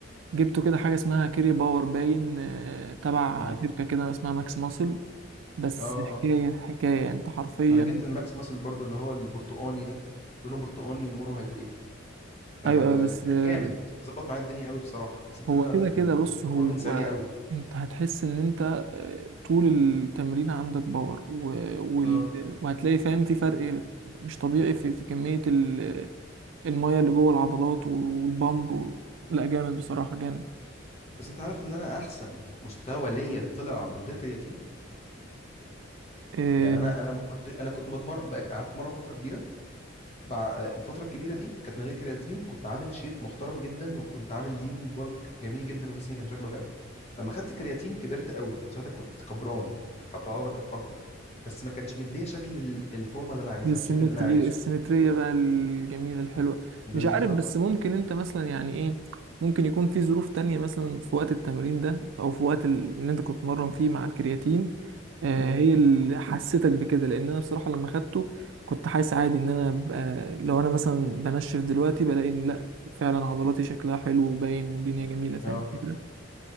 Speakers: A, on the right; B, on the left.
A: جبته كده حاجة اسمها كيري باور باين آه، تبع
B: امم
A: شركة كده اسمها ماكس ماسل بس
B: اه
A: حكاية
B: اه
A: حكاية يعني، انت حرفيا
B: انا جبت الماكس ماسل برضو اللي هو البرتقاني ده لونه برتقاني مونو هيدريت آه
A: ايوه ايوه بس
B: ك-
A: آه،
B: جامد ظبط معايا الدنيا قوي بصراحه حسيت ان
A: هو
B: انا
A: كده كده
B: البرفورمانس
A: بص هو
B: عالي قوي
A: انت هتحس ان انت آه، طول التمرين عندك باور و... وال...
B: اه
A: وهتلاقي فاهم في فرق مش طبيعي في, في كمية ال... المية اللي جوه العضلات والبامب و... لا جامد بصراحة جامد
B: بس انت عارف ان انا احسن مستوى ليا طلع من غير كرياتين
A: آه،
B: يعني انا انا ما كنت انا كنت بتمرن بقى- قعدت اتمرن فتره كبيره بع... الفتره الكبيره دي كانت من غير كرياتين كنت عامل شيب محترم جدا وكنت عامل لين بولك جميل جدا وجسمي كان شكله حلو لما خدت كرياتين كبرت قوي كنت ساعتها كنت كبران حتى العضله كانت اكبر بس ما كانش مديه شكل ال- الفورمه اللي انا عايزها
A: السيمتري
B: الشيب اللي انا عايزه
A: السيمترية بقى الجميلة الحلوة
B: بالظبط
A: مش عارف بس ممكن انت مثلا يعني ايه ممكن يكون في ظروف تانية مثلا في وقت التمرين ده او في وقت ال- اللي انت كنت بتتمرن فيه مع الكرياتين آه
B: امم
A: هي اللي حسيتك بكده لان انا بصراحة لما خدته كنت حاسس عادي ان انا ببقى لو انا مثلا بنشف دلوقتي بلاقي ان لا فعلا عضلاتي شكلها حلو وباين والدنيا جميلة فاهم
B: اه
A: الفكرة